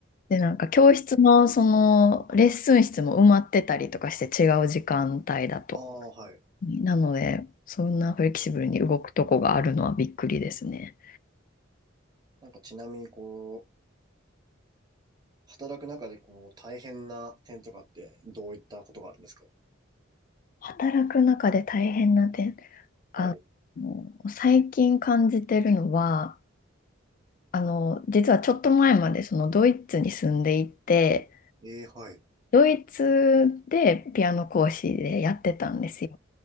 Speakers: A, on the left; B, on the right.
A: で、なんか教室のそのレッスン室も埋まってたりとかして違う時間帯だと。
B: ああ、はい。
A: なので、そんなフレキシブルに動くとこがあるのはびっくりですね。
B: なんかちなみに、こう、働く中で、こう、大変な点とかって、どういったことがあるんですか
A: 働く中で大変な点、あの、
B: はい。
A: 最近感じてるのは、あの、実はちょっと前までそのドイツに住んでいて、
B: ええ、はい。
A: ドイツでピアノ講師でやってたんですよ。